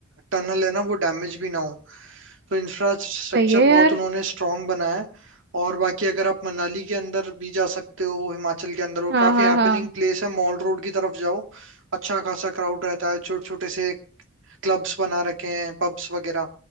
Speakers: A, on the right (about 70°); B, on the right (about 55°).
A: टनल है ना वो डैमेज भी ना हो तो इंफ्रास्ट्रक्चर
B: सही है यार
A: बहुत उन्होंने स्ट्रांग बनाया है और बाकी अगर आप मनाली के अंदर भी जा सकते हो हिमाचल के अंदर और
B: हाँ
A: काफी
B: हाँ
A: हैपनिंग
B: हाँ
A: प्लेस है मॉल रोड की तरफ जाओ अच्छा खासा क्राउड रहता है छोटे छोटे से क्लब्स बना रखे हैं पब्स वगैरह